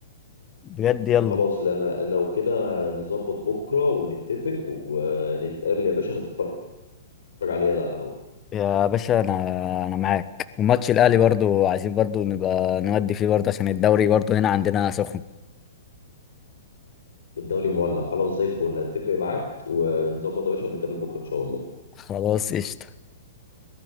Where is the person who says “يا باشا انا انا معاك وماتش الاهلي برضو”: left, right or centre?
Left